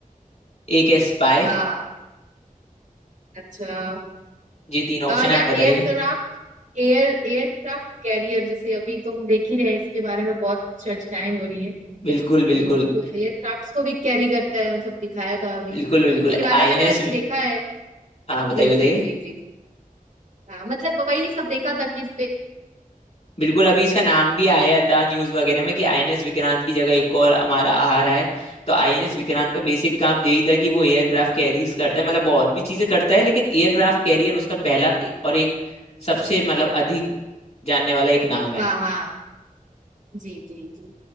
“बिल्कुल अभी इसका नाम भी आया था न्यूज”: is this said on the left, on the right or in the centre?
Left